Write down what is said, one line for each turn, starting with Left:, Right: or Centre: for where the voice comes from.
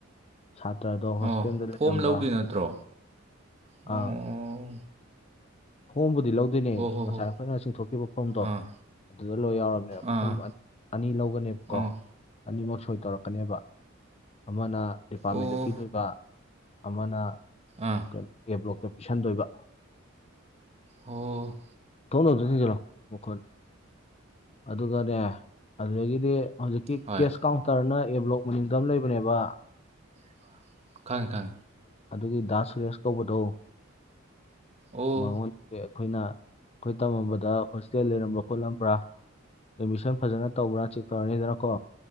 Left: ꯁꯥꯇ꯭ꯔꯗꯣ ꯍꯣꯁꯇꯦꯜꯗ
Right: ꯑꯣ
Left: ꯂꯩꯔꯝꯕ꯭ꯔꯥ
Right: ꯐꯣꯝ ꯂꯧꯗꯣꯏ ꯅꯠꯇ꯭ꯔꯣ ꯑꯣ
Left: ꯑꯥ ꯐꯣꯝꯕꯨꯗꯤ ꯂꯧꯗꯣꯏꯅꯦ
Right: ꯍꯣ ꯍꯣ
Left: ꯉꯁꯥꯏ
Right: ꯍꯣ
Left: ꯑꯩꯈꯣꯏꯅ ꯆꯤꯡꯊꯣꯛꯈꯤꯕ ꯐꯣꯝꯗꯣ
Right: ꯑꯥ
Left: ꯑꯗꯨꯗ ꯂꯣꯏ ꯌꯥꯎꯔꯕꯅꯦ
Right: ꯑꯥ
Left: ꯄꯨꯝ ꯑꯅꯤ ꯂꯧꯒꯅꯦꯕꯀꯣ
Right: ꯑꯥ
Left: ꯑꯅꯤꯃꯛ ꯁꯣꯏ ꯇꯧꯔꯛꯀꯅꯦꯕ ꯑꯃꯅ ꯗꯤꯄꯥꯔꯠꯃꯦꯟꯗ
Right: ꯑꯣ ꯑꯥ ꯑꯣ
Left: ꯄꯤꯗꯣꯢꯕ ꯑꯃꯅ
Right: ꯑꯥ
Left: ꯀꯩ ꯑꯦ ꯕ꯭ꯂꯣꯛꯇ ꯄꯤꯁꯟꯗꯣꯏꯕ
Right: ꯑꯣ
Left: ꯊꯣꯡꯗꯣ ꯑꯝꯇ ꯊꯤꯁꯤꯜꯂꯣ ꯃꯈꯣꯟ ꯑꯗꯨꯒꯅꯦ ꯑꯗꯨꯗꯒꯤꯗꯤ ꯍꯧꯖꯤꯛꯀꯤ
Right: ꯍꯣꯏ
Left: ꯀꯦꯁ ꯀꯥꯎꯟꯇꯔꯅ ꯑꯦ ꯕ꯭ꯂꯣꯛ ꯃꯅꯤꯡꯗ ꯑꯃ ꯂꯩꯕꯅꯦꯕ
Right: ꯈꯪꯉꯦ ꯈꯪꯉꯦ
Left: ꯑꯗꯨꯒꯤ ꯗꯥꯁ ꯁꯨꯔꯦꯁ ꯀꯧꯕꯗꯣ
Right: ꯑꯣ
Left: ꯃꯉꯣꯟ ꯑꯩꯈꯣꯏꯅ ꯑꯩꯈꯣꯏ ꯇꯝꯃꯝꯕꯗ ꯍꯣꯁꯇꯦꯜ ꯂꯩꯔꯝꯕ ꯈꯣꯠꯂꯝꯕ꯭ꯔꯥ ꯑꯦꯗꯃꯤꯁꯟ ꯐꯖꯅ ꯇꯧꯕ꯭ꯔꯥ ꯆꯦꯛ ꯇꯧꯔꯅꯤꯗꯅ ꯀꯣ